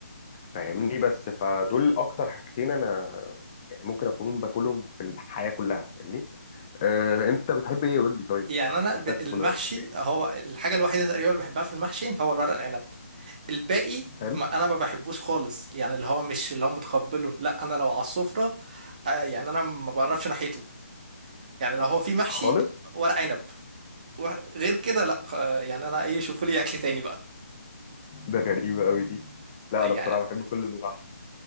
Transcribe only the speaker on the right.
يعني
انا
ب- المحشي
هو الحاجه الوحيده تقريبا اللي بحبها في المحشي هو الورق العنب الباقي
ما انا ما بحبوش خالص يعني اللي هو مش اللي هو متقبله لا انا لو على السفره آه يعني انا ما بقربش ناحيته يعني لو هو في محشي
ورق عنب وغير كده لا خ- يعني انا ايه شوفوا لي اكل تاني بقى
يعني